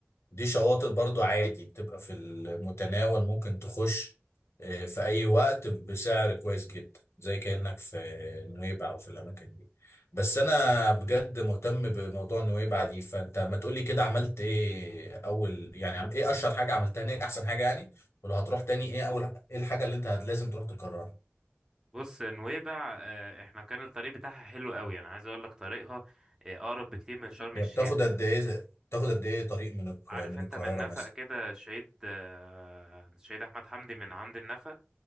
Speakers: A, on the left; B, on the right.
A: دي شواطئ برضو عادي بتبقى في المتناول ممكن تخش آه، في أي وقت بسعر كويس جدا زي كأنك في نويبع أو في الأماكن دي بس أنا بجد مهتم بموضوع نويبع دي فأنت ما تقولي كده عملت إيه أول يعني عم- إيه أشهر حاجة عملتها هناك أحسن حاجة يعني ولو هتروح تاني إيه أول إيه الحاجة اللي أنت هت- لازم تروح تكررها
B: بص نويبع آه، احنا كان الطريق بتاعها حلو قوي انا عايز اقول لك طريقها آه، اقرب بكتير من شرم
A: هي
B: الشيخ
A: بتاخد قد إيه بتاخد قد إيه طريق من الك-
B: عارف
A: من
B: انت
A: القاهرة
B: من نفق
A: مثلا
B: كده الشهيد آه، الشهيد احمد حمدي من عند النفق